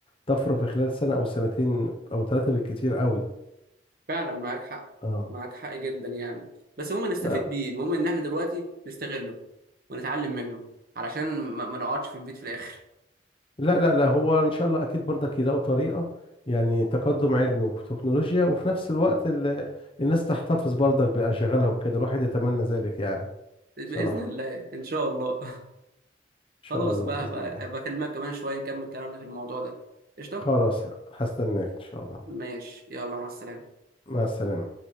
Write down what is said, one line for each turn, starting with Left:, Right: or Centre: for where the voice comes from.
Left: طفره في خلال سنه او سنتين او ثلاثه بالكتير قوي
Right: فعلا معاك حق
Left: اه
Right: معاك حق جدا يعني بس المهم نستفيد
Left: لا
Right: بيه المهم ان احنا دلوقتي نستغله ونتعلم منه علشان ما ما نقعدش في البيت في الاخر
Left: لا لا لا، هو ان شاء الله اكيد برضك يلاقوا طريقه يعني تقدم علمي وتكنولوجيا وفي نفس الوقت ال... الناس تحتفظ برضك باشغالها وكده الواحد يتمنى ذلك يعني
Right: <laughs> باذن
Left: بصراحه
Right: الله ان شاء الله <laughs>
Left: ان شاء
Right: خلاص
Left: الله
Right: بقى
Left: باذن
Right: هبقى
Left: الله
Right: هبقى اكلمك كمان شويه نكمل كلامنا في الموضوع ده قشطه
Left: خلاص هستناك ان شاء الله
Right: ماشي يلا مع السلامه
Left: مع السلامة